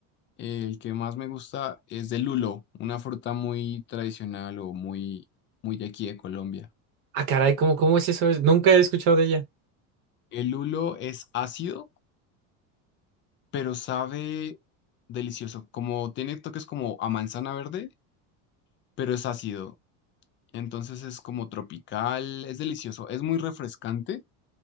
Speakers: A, on the left; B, on the right.
A: eh, el que más me gusta, es de lulo, una fruta muy tradicional o muy, muy de aquí de Colombia.
B: Ah, caray, ¿cómo, cómo es eso? Nunca he escuchado de ella.
A: El lulo es ácido, pero sabe delicioso. Como tiene toques como a manzana verde, pero es ácido. Entonces es como tropical, es delicioso, es muy refrescante.